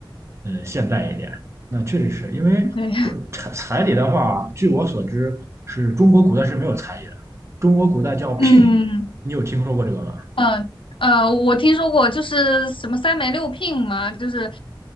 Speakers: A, on the right (about 35°); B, on the left (about 80°).
A: 嗯、现代一点。那确实是因为中彩彩礼的话，
B: 对，
A: 据我所知，是中国古代是没有彩礼的，中国古代叫聘礼，
B: <laughs> 嗯。
A: 你有听说过这个吗？
B: 嗯呃，我听说过，就是什么三媒六聘嘛，就是